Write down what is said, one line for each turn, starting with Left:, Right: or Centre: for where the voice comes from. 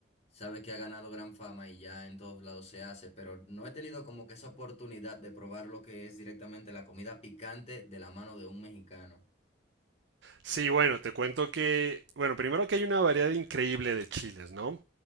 Left: Sabe que ha ganado gran fama y ya en todos lados se hace, pero no he tenido como que esa oportunidad de probar lo que es directamente la comida picante de la mano de un mexicano.
Right: Sí, bueno, te cuento que, bueno, primero que hay una variedad increíble de chiles, ¿no?